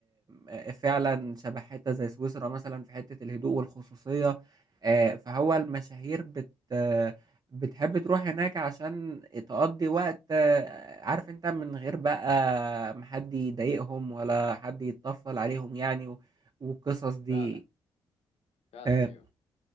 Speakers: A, on the right (about 35°); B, on the left (about 65°).
A: آه، فعلا شبه حتة زي سويسرا مثلا في حتة الهدوء والخصوصية آه، فهو المشاهير بت بتحب تروح هناك عشان تقضي وقت آه، عارف انت من غير بقى ما حد يضايقهم ولا حد يتطفل عليهم يعني و- والقصص دي
B: فعلا فعلا
A: آه،
B: أيوه